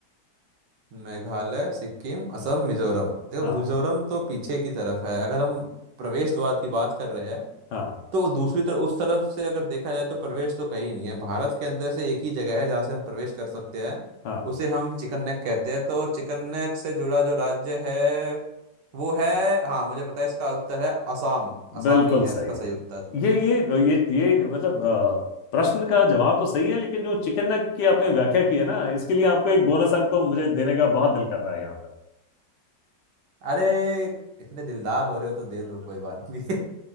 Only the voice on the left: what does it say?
हाँ
हाँ
हाँ
बिल्कुल
सही
ये ये ये ये मतलब अ, प्रश्न का जवाब तो सही है लेकिन जो चिकन नेक की आपने व्याख्या की है ना इसके लिए आपको एक बोनस अंक तो मुझे देने का बहुत दिल कर रहा है यहाँ पर